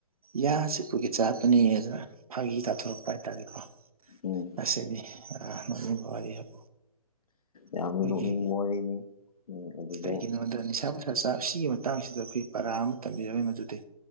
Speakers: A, on the right; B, on the left.
A: ꯌꯥ ꯆꯤꯛꯄꯒꯤ ꯆꯥꯄꯅꯦ ꯐꯥꯒꯤ ꯇꯥꯊꯣꯔꯛꯄ ꯍꯥꯏꯇꯥꯔꯦꯀꯣ
B: ꯎꯝ
A: ꯑꯁꯤꯅꯤ ꯅꯣꯛꯅꯤꯡꯕ ꯋꯥꯔꯤ ꯍꯥꯏꯕꯨ
B: ꯌꯥꯝꯅ
A: ꯑꯩꯈꯣꯏꯒꯤ
B: ꯅꯣꯛꯅꯤꯡꯕ ꯋꯥꯔꯤꯅꯤ ꯎꯝ <inaudible>
A: ꯀꯩꯒꯤꯅꯣꯗ ꯅꯤꯁꯥ ꯅꯨꯡꯁꯥ ꯆꯥꯛꯕ ꯁꯤꯒꯤ ꯃꯇꯥꯡꯁꯤꯗ ꯑꯩꯈꯣꯏ ꯄꯔꯥ ꯑꯃ ꯇꯝꯕꯤꯔꯝꯃꯤ ꯃꯗꯨꯗꯤ